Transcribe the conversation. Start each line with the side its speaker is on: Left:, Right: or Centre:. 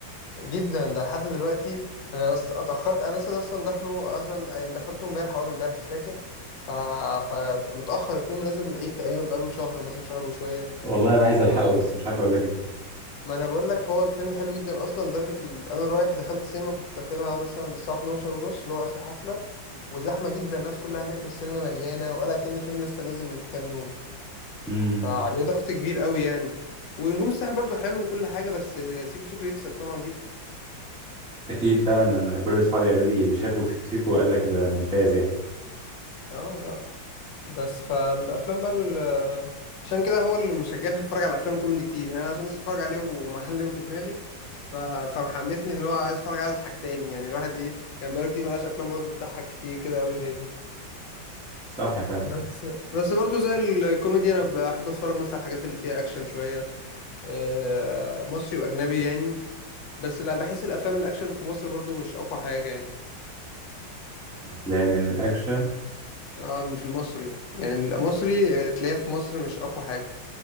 Left: جدا ده لحد دلوقتي انا أص- اتاخرت انا لسه اصلا داخله مثلا دخلته امبارح اول امبارح مش فاكر ف... فمتاخر الفيلم نازل من العيد تقريبا بقاله شهر مثلا شهر وشويه
Centre: والله انا عايز
Left: وما
Centre: الحقه بس مش عارف اقول لك ايه
Left: انا بقول لك هو الفيلم حلو جدا اصلا لدرجه ال... انا رايح دخلت السينما كنت داخلها مثلا الساعه 12 ونص اللي هو اخر حفله وزحمة جدا الناس كلها هناك والسينما مليانة وقال كأن الفيلم لسه نازل من كام يوم
Centre: مم.
Left: فعليه ضغط كبير قوي يعني ونجوم الساحل برضو حلو وكل حاجة بس سيكو سيكو يكسب طبعا جدا
Centre: اكيد فعلا انا كل اصحابي قالوا لي اللي شافوا سيكو سيكو قال لك ده ممتاز يعني
Left: اه لا بس فالأفلام بقى ال- عشان كده هو اللي مشجعني اتفرج على أفلام كوميدي كتير يعني أنا عشان لسه اتفرج عليه ومعلم في دماغي ف... فمحمسني اللي هو عايز اتفرج على حاجة تاني يعني الواحد ايه كان بقاله كتير ملقاش أفلام برضو بتضحك كتير كده قوي زي دي
Centre: صح فعلا
Left: بس بس برضو زي الكوميدي انا بحب اتفرج مثلا على الحاجات اللي فيها اكشن شوية آه، مصري واجنبي يعني بس لا بحس الافلام الاكشن في مصر برضو مش اقوى حاجه يعني
Centre: افلام الاكشن
Left: اه الم- في المصري يعني المصري آه، تلاقيه في مصر مش اقوى حاجه